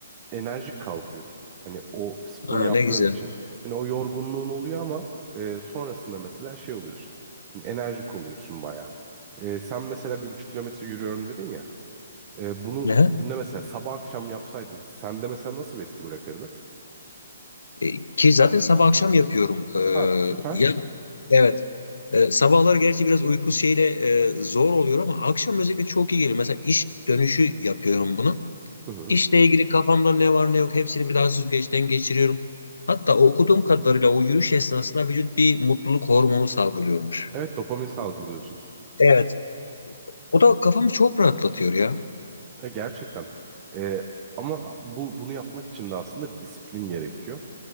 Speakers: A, on the right; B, on the left.
A: enerjik kalkıyorsun. Hani o sporu
B: Ha
A: yaptığın
B: ne güzel.
A: için. Hani o yorgunluğun oluyor ama e, sonrasında mesela şey oluyorsun. Hani enerjik oluyorsun baya. sen mesela bir buçuk kilometre yürüyorum dedin ya. E, bunu
B: Hı-hı.
A: günde mesela sabah akşam yapsaydın sende mesela nasıl bir etki bırakırdı?
B: E, Ki zaten sabah akşam yapıyorum. Ee,
A: Ha, süper.
B: ya Evet. Ee, sabahlar gerçi biraz uyku şeyle e, zor oluyor ama akşam özellikle çok iyi geliyor. Mesela iş dönüşü yapıyorum bunu.
A: Hı hı.
B: İşle ilgili kafamda ne var ne yok hepsini bir daha süzgeçten geçiriyorum. Hatta okuduğum kadarıyla o yürüyüş esnasında vücut bir mutluluk hormonu salgılıyormuş.
A: Evet dopamin salgılıyorsun.
B: Evet. O da kafamı çok rahatlatıyor ya.
A: E, gerçekten. E, ama bu bunu yapmak için de aslında bir disiplin gerekiyor.